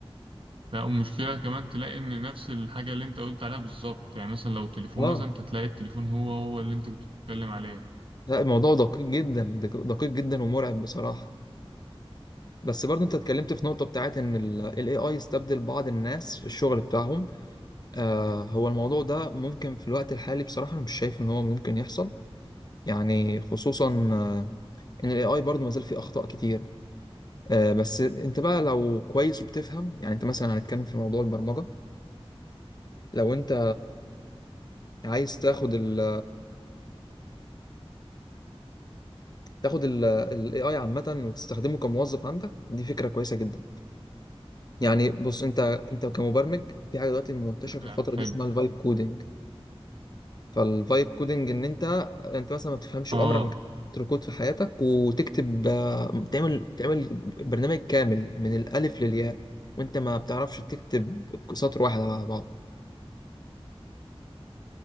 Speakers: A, on the right (about 60°); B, on the left (about 40°).
A: لا والمشكلة كمان تلاقي إن نفس الحاجة اللي أنت قلت عليها بالظبط يعني مثلا لو تليفون
B: اه
A: مثلا أنت تلاقي التليفون هو هو اللي أنت كنت بتتكلم عليه
B: لا الموضوع دقيق جدا دق- دقيق جدا ومرعب بصراحة بس برضه انت اتكلمت في نقطة بتاعت ان ال AI استبدل بعض الناس في الشغل بتاعهم آه هو الموضوع ده ممكن في الوقت الحالي بصراحة انا مش شايف ان هو ممكن يحصل يعني خصوصا ان الاي اي برضه ما زال فيه اخطاء كتير آه، بس انت بقى لو كويس وبتفهم يعني انت مثلا هنتكلم في موضوع البرمجه لو انت عايز تاخد ال تاخد الاي اي عامه وتستخدمه كموظف عندك دي فكره كويسه جدا يعني بص انت انت كمبرمج في حاجه دلوقتي منتشره في الفتره
A: يعني حلو
B: دي اسمها الفايب كودنج فالفايب كودنج ان انت انت مثلا ما بتفهمش
A: اه
B: عمرك ما كتبت كود في حياتك وتكتب آه، تعمل تعمل برنامج كامل من الالف للياء وانت ما بتعرفش تكتب سطر واحد على بعض